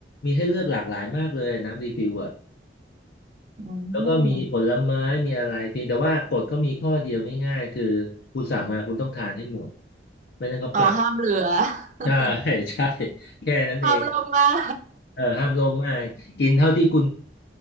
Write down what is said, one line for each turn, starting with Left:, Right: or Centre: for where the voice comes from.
Left: มีให้เลือกหลากหลายมากเลยน้ำรีฟิลอะ
Right: อืม
Left: แล้วก็มีผลไม้มีอะไรเพียงแต่ว่ากฎเขามีข้อเดียวง่ายๆคือคุณสั่งมาคุณต้องทานให้หมดไม่นั้นเขาปรับ
Right: อ๋อห้ามเหลือ
Left: ใช่ <laughs>
Right: <laughs>
Left: ใช่แค่นั้นเอง
Right: ห้ามลงมาก
Left: เออห้ามโลภมากกินเท่าที่คุณ